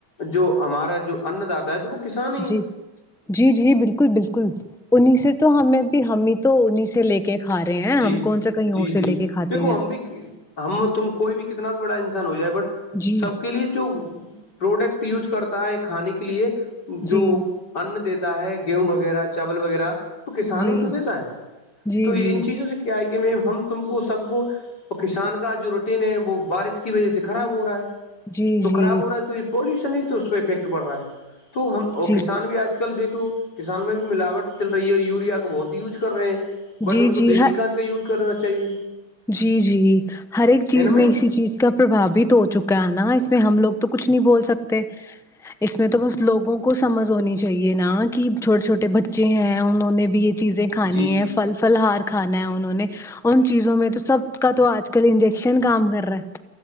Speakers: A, on the left (about 55°); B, in the centre.
A: جو ہمارا جو ان داتا ہے تو وہ کسان ہی ہے
B: جی جی جی بالکل بالکل انہی سے تو ہمیں بھی ہمیں تو انہیں سے لے کے کے کھا رہے ہیں
A: جی
B: ہم کون سا کہیں
A: جی
B: اور سے
A: جی
B: لے کے کھاتے
A: دیکھو
B: ہیں
A: ہم ہم تم کوئی بھی کتنا بھی بڑا انسان ہو جائے بٹ
B: جی
A: سب کے لیے جو پروڈکٹ یوز کرتا ہے کھانے کے لیے جو
B: جی
A: ان دیتا ہے گیہوں وغیرہ چاول وغیرہ تو کسان
B: جی
A: ہی تو دیتا ہے
B: جی
A: تو
B: جی
A: ان سے کیا ہے کہ میں ہم تم کو سب کو تو کسان کا جو روٹین ہے وہ بارش کی وجہ سے خراب ہو رہا ہے
B: جی
A: تو
B: جی
A: خراب ہو رہا ہے تو یہ پولوشن ہی تو اس پہ افیکٹ پڑ رہا ہے تو ہم
B: جی
A: کسان بھی آج کل دیکھو کسان میں بھی ملاوٹ چل رہی ہے یوریا کو بہت ہی یوز کر رہے ہیں بٹ
B: جی
A: ان کو
B: جی
A: دیسی
B: ہ
A: کھاد کا یوز کرنا چاہیے
B: جی جی ہر ایک چیز
A: ہے نا میم
B: میں اسی چیز اس کا پربھو بھی تو ہو چکا ہے نا اس میں ہم لوگ تو کچھ نہیں بول سکتے اس میں تو بس لوگوں کو سمجھ ہونی چاہیے نا کہ چھوٹے چھوٹے بچے ہیں انہوں نے بھی چیزیں کھانی
A: جی جی
B: ہے پل فل ہار کھانا ہے انہوں نے ان چیزوں میں سب کا تو آج کل انجیکشن کام کر رہا ہے